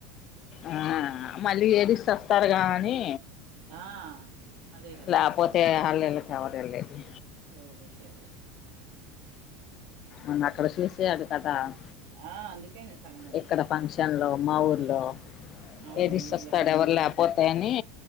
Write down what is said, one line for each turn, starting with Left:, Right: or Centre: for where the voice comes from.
Left: ఆ మళ్ళీ ఏది ఇస్తొస్తారుగా అనీ
Right: ఆ అదే కదా
Left: లేపోతే హ ఎవరు లేది
Right: ఊరు లేదే
Left: అమ్ అక్కడ చూసాడు కదా అక్కడ చూసాడు కదా
Right: ఆ అందుకే నేను సగం పంపించింది
Left: ఇక్కడ ఫంక్షన్ లో మా
Right: ఉమ్
Left: ఊలో
Right: అవును
Left: ఏది
Right: మీ
Left: ఇసుొస్తాడు
Right: ఊళ్ళో ఫంక్షన్
Left: ఎవరు లేకపోతాయని
Right: కి